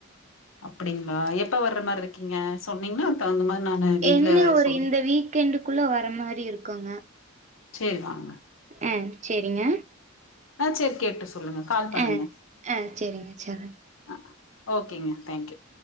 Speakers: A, on the left; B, on the right.
A: அப்டிங்ளா எப்ப வர்ற மாரி இருக்கீங்க சொன்னீங்கன்னா அதுக்கு தகுந்த மாரி நானு வீட்ல
B: என்ன ஒரு
A: சொல்லி
B: இந்த வீக்கெண்டுக்குள்ள வர்ற மாரி இருக்குங்க
A: சேரி வாங்க
B: அ சேரிங்க
A: ஆ சேரி கேட்டு சொல்லுங்க கால் பண்ணுங்க
B: ஆ ஆ செரிங்க செரி
A: ஆ ஓகேங்க தேங்க்யூ